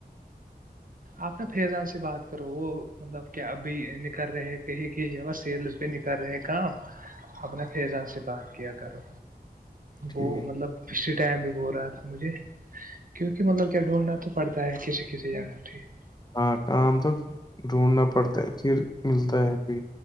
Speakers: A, on the right; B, on the left.
A: آپ ن فیضان سے بات کرو وہ مطلب کیا ابھی ن کر رہے کہیں کہ جہ سیل نہیں کر رہے ہیں کام
B: <unintelligible>
A: اپنے فزان سے بات کیا کرو وہ
B: ٹھیک
A: مطلب پچھلے ٹائم بھی ب ہو رہا تھا مجھے کیونکہ مطلب کیا ڈھونڈنا تو پڑتا ہے کسی کسی جگہ جٹیھیک <unintelligible>
B: ہاں کام توک ڈھونڈنا پڑتا ہے پھر ملتا ہے کہ